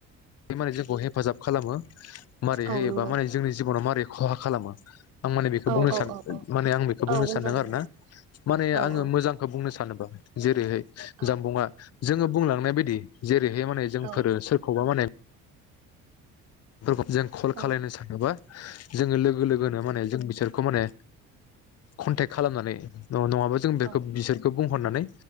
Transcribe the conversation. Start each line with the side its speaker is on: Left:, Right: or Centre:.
Left: माने जोंखौ हेफाजाब खालामो। मारै होयोबा
Right: औ नंगौ
Left: माने जोंनि जिबनाव मा बे खहा खालामो आं माने बेखौ
Right: औ
Left: बुंनो
Right: औ
Left: सान
Right: औ औ
Left: माने आं बेखौ
Right: औ
Left: बुंनो
Right: बुंजागोन
Left: सानदों आरो
Right: नोंथां
Left: ना माने
Right: औ
Left: आङो
Right: औ
Left: मोजांखौ बुंनो सान <unintelligible> जेरैहाय
Right: औ
Left: जामबुंङा जोङो बुंलांनाय बायदि जे बैहाय माने जोंफोर
Right: औ
Left: सोरखौबा माने फोरखौ जों कल खालायनो
Right: औ
Left: सानोबा जोङो लोगो लोगोनो माने जों बिसोरखौ माने कनटेक्ट खालामनानै न-नङाबा जों बेखो
Right: औ
Left: बिसोरखो बुंहरनानै